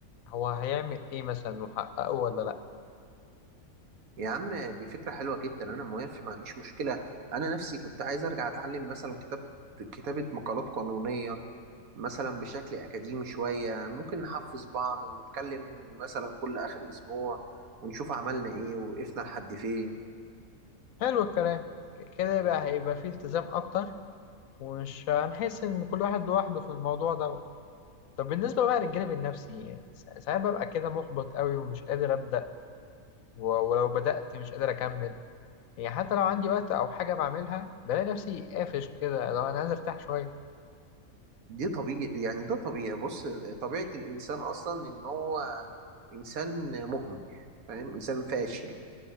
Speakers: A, on the left; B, on the right.
A: هو هيعمل ايه مثلا وحققه ولا لا
B: يا عم دي فكرة حلوة جدا أنا موافق ما عنديش مشكلة أنا نفسي كنت عايز أرجع أتعلم مثلا كتاب كتابة مقالات قانونية مثلا بشكل أكاديمي شوية ممكن نحفز بعض ونتكلم مثلا كل آخر أسبوع ونشوف عملنا إيه وقفنا لحد فين
A: حلو الكلام كده بقى هيبقى فيه التزام اكتر ومش هنحس ان كل واحد لوحده في الموضوع ده طب بالنسبة بقى للجانب النفسي يعني سا- ساعات ببقى كده محبط قوي ومش قادر أبدأ و- ولو بدأت مش قادر أكمل يعني حتى لو عندي وقت أو حاجة بعملها بلاقي نفسي قافش كده لو أنا عايز أرتاح شوية
B: دي طبيعي يعني ده طبيعي بص طبيعة الإنسان أصلا إن هو إنسان مهمل فاهم إنسان فاشل